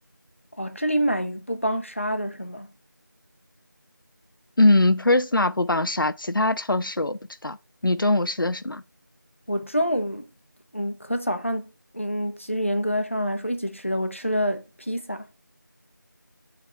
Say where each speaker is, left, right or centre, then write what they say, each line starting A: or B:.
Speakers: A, on the left (about 40°); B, on the left (about 80°).
A: 哦，这里买鱼不帮杀的是吗？
B: 嗯，Prisma 不帮杀，其他超市我不知道。你中午吃的什么？
A: 我中午，嗯，和早上，嗯，其实严格上来说一起吃的，我吃了披萨，